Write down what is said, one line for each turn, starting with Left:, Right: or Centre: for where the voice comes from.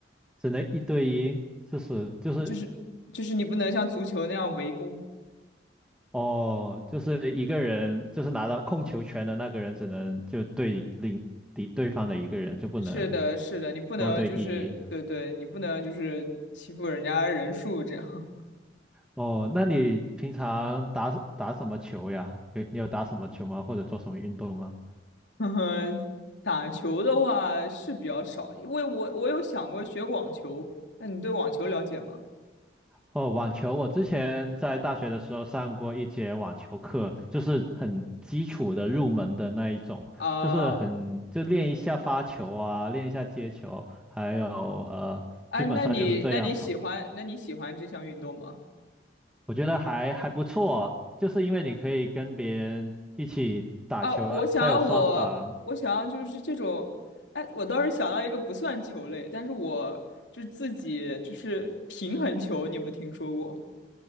Centre: 只能一对一？就是就是
Left: 就是就是你不能像足球那样围攻。
Centre: 哦，就是一个人，就是拿到控球权的那个人只能就对另敌对方的一个人，就不能
Left: 是的，是的，你不能就是对对，
Centre: 多对一。
Left: 你不能就是欺负人家人数这样。
Centre: 哦，那你平常打打什么球呀？你你有打什么球吗？或者做什么运动吗？
Left: <laughs> 嗯打球的话是比较少，因为我我有想过学网球。那你对网球了解吗？
Centre: 哦，网球，我之前在大学的时候上过一节网球课，就是很基础的入门的那一种，
Left: 啊、
Centre: 就是很，就练一下发球啊，练一下接球，还有呃，
Left: 哎，
Centre: 基本上就是这样跑。
Left: 那你那你喜欢那你喜欢这项运动吗？
Centre: 我觉得还还不错，就是因为你可以跟别人一起打球啊，
Left: 啊，我想要我我想要就是这种，
Centre: 它有双打，
Left: 哎，我倒是想到一个不算球类，但是我就是自己就是平衡球，你有没有听说过？